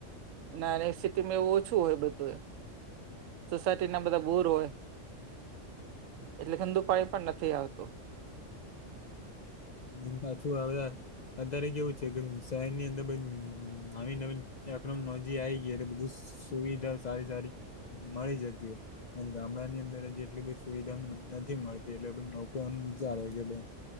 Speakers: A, on the right (about 85°); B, on the left (about 65°).
A: અને આ રે સિટીમાં એવું ઓછું હોય બધું એ સોસાયટીના બધા બોર હોય એટલે ગંદુ પાણી પણ નથી આવતું.
B: એમ પાછું આવ્યા અત્યારે કેવું છે કે શહેરની અંદર બધ નવી નવી ટેકનોલોજી આવી ગઈ એટલે બધુ સુવિધાઓ સારી સારી મળી જતી હોય અને ગામડાની અંદર હજી એટલી બધી સુવિધા ન નથી મળતી એટલે આપણે નોક કોમ વિચારે કે બેન